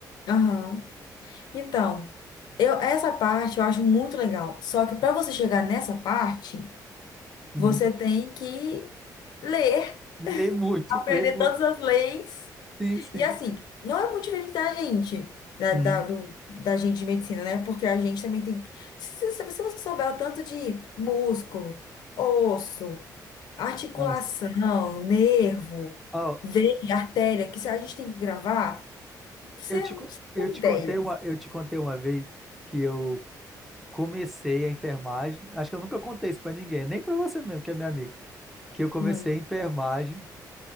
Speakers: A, on the left (about 70°); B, in the centre.
A: aham. Então, eu essa parte eu acho muito legal. Só que para você chegar nessa parte
B: Uhum.
A: Você tem que ler,
B: Lê muito,
A: aprender
B: lê muito.
A: todas as leis.
B: Sim, sim.
A: E assim, não é muito diferente da gente, da,
B: Uhum.
A: da, do- da gente de medicina, né? Porque a gente também tem. que- Se, se- se você souber o tanto de músculo, osso, articulação,
B: Nossa.
A: nervo,
B: Ó,
A: veia, artéria, que se a gente tem que gravar, você,
B: eu te,
A: não
B: co- eu
A: tem
B: te
A: ideia.
B: contei uma, eu te contei uma vez que eu comecei a enfermagem. Acho que eu nunca contei isso para ninguém, nem para você mesmo, que é minha amiga. Que eu comecei
A: Hum.
B: a enfermagem.